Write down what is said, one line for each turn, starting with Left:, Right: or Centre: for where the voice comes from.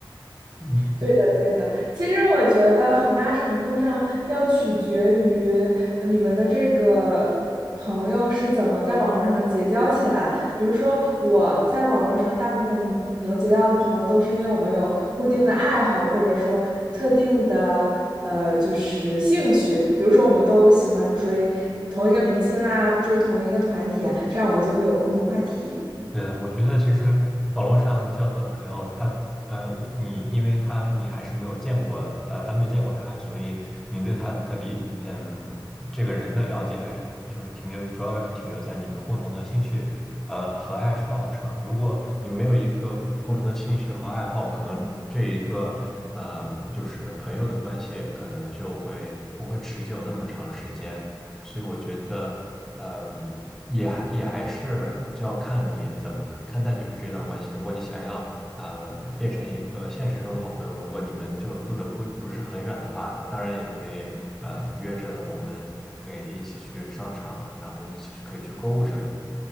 Centre: 嗯，
Right: 对的，对的。其实我觉得很大程度上要取决于呃你们的这个朋友是怎么在网络上结交起来的。比如说，我在网络上大部分能结交的朋友，都是因为我们有固定的爱好，或者说特定的呃就是兴趣。比如说，我们都喜欢追同一个明星啊，追同一个团体啊，这样我们就会有共同话题。
Centre: 对的，我觉得其实网络上交的朋友，他，嗯、你因为他你还是没有见过，呃，当面见过他，所以你对他的理，嗯，这个人的了解还是就是停留，主要是停留在你们共同的兴趣，呃，和爱好上。如果你没有一个共同的兴趣和爱好，可能这一个，呃，就是朋友的关系可能就会不会持久那么长时间。所以我觉得，嗯，也还也还是就要看你怎么看待就是这段关系。如果你想要呃变成一个现实中的好朋友，如果你们就是住的不不是很远的话，当然也可以呃约着我们可以一起去商场，然后一起去可以去购物之类的。